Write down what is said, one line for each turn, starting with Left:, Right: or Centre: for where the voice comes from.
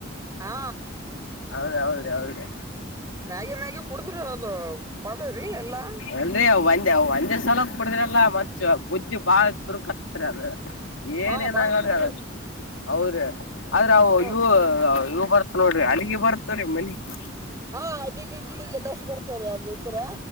Right: ಹಾ
Left: ಹೌದ ಹೌದ ಹೌದ್ರಿ
Right: ಮ್ಯಾಗಿ ಮ್ಯಾಗೀ ಕುಡಿದ್ರು ಅದು ಪಾಡ್ರಿ ಎಲ್ಲಾ
Left: ಅಲ್ರಿ ಅವ ಒಂದೆ ಅವ ಒಂದ ಬ ಸಲೋಕ್ ಪಡದ್ರಲ್ಲ ಮ ಬುದ್ದಿ ಬಾಳ ಚುರುಕತ್ ಅದು ಏನ್
Right: ಹಾ
Left: ಏನ್
Right: ಬಾಳ
Left: ಆಗಾದ್ರಿ
Right: ಚುರ್ಕ
Left: ಅಗ ಅವ್ರ ಆದ್ರ
Right: ಹ್ಮ
Left: ಇವು ಇವು ಬರ್ತ ನೋಡ್ರಿ ಅಲ್ಲಿಗೆ ಬರ್ತವ್ರೀ ಮನೆಗೆ
Right: ಹಾ ಇಲ್ಲಿಗ್ ಇಲ್ಲಿಗೆ ಎಲ್ಲಷ್ಟು ಬರ್ತಾರ ಅದು ಇದ್ರೆ